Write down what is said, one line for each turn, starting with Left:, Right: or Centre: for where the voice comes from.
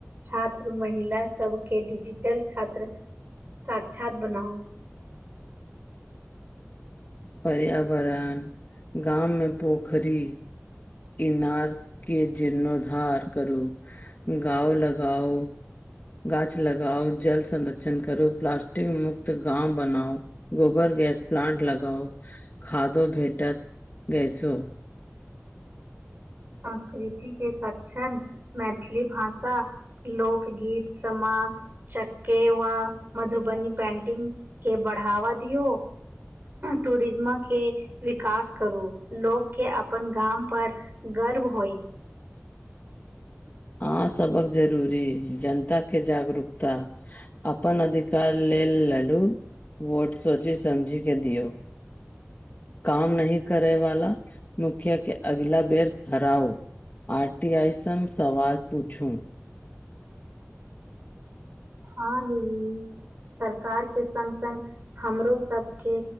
Right: छात्र महिला सब के डिजिटल छात्र साक्षात बनाउ।
Left: पर्यावरण, गाम मे पोखरी इनार के जीर्णोद्धार करू, गाओ लगाऊ गाछ लगाउ, जल संरक्षण करु, प्लास्टिक मुक्त गांव बनाउ गोबर गैस प्लांट लगाऊ, खादो भेटत गैसो।
Right: संस्कृति के सक्षण, मैथिली भाषा लोक गीत, समा चक्केवा, मधुबनी पेन्टिंग के बढ़ावा दियो टूरिज्म के विकास करू, लोकके अपन गाम पर गर्व होइ।
Left: अहाँ सभक जरूरी, जनताके जागरूकता अपन अधिकार लेल लड़ू, वोट सोचि समझि के दियौ काम नहि करे वाला मुखिया के, अगिला बेर हराऊ आर टी आइसन सवाल पूछू।
Right: हँ दीदी सरकार के संग-संग हमरो सबके